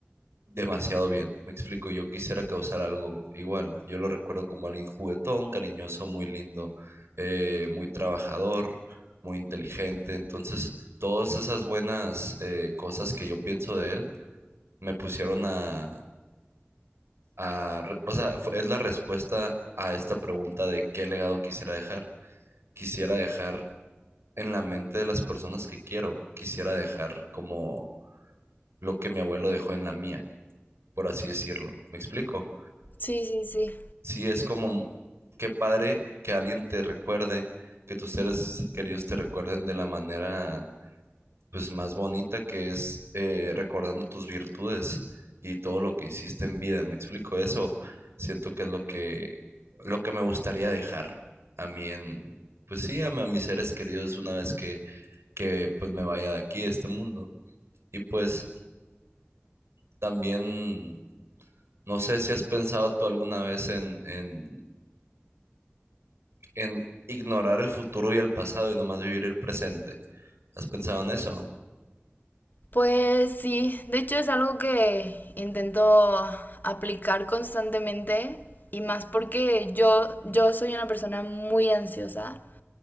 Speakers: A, on the right; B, on the left.
A: demasiado bien. Me explico, yo quisiera causar algo igual. Yo lo recuerdo como alguien juguetón, cariñoso, muy lindo, eh, muy trabajador, muy inteligente. Entonces, todas esas buenas eh, cosas que yo pienso de él me pusieron a, a re- o sea, fu- es la respuesta a esta pregunta de qué legado quisiera dejar. Quisiera dejar en la mente de las personas que quiero. Quisiera dejar como lo que mi abuelo dejó en la mía, por así decirlo. ¿Me explico?
B: Sí, sí, sí.
A: Sí, es como, qué padre que alguien te recuerde, que tus seres queridos te recuerden de la manera, pues, más bonita que es eh, recordando tus virtudes y todo lo que hiciste en vida. ¿Me explico eso? Siento que es lo que, lo que me gustaría dejar a mí en, pues sí, a, a mis seres queridos una vez que, que, pues, me vaya de aquí, de este mundo. Y pues también, no sé si has pensado tú alguna vez en, en en ignorar el futuro y el pasado y nomás vivir el presente. ¿Has pensado en eso?
B: Pues sí, de hecho es algo que intento aplicar constantemente y más porque yo, yo soy una persona muy ansiosa,